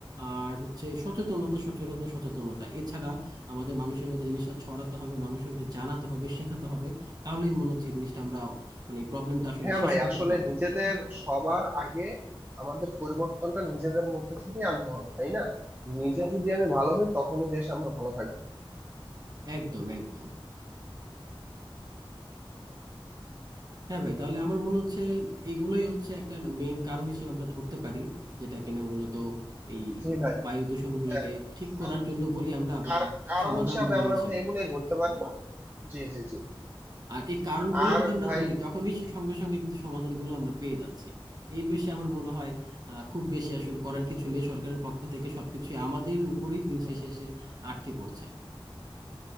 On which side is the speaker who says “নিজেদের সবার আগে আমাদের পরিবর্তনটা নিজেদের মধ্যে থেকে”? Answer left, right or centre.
Right